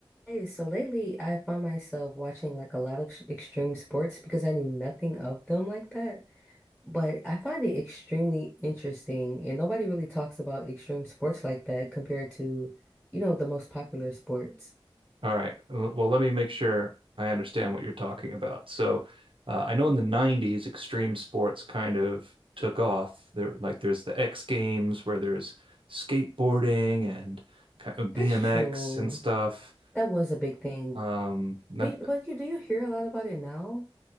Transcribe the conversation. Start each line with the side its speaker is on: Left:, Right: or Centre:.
Centre: Hey, so lately I find myself watching like a lot of sh- extreme sports because I knew nothing of them like that. But I find it extremely interesting, and nobody really talks about extreme sports like that compared to, you know, the most popular sports.
Right: All right. Well, let me make sure I understand what you're talking about. So, uh, I know in the 90s, extreme sports kind of took off. There, like there's the X Games where there's skateboarding and kind of BMX
Centre: That's true.
Right: and stuff.
Centre: That was a big thing.
Right: Um, not,
Centre: But but you do you hear a lot about it now?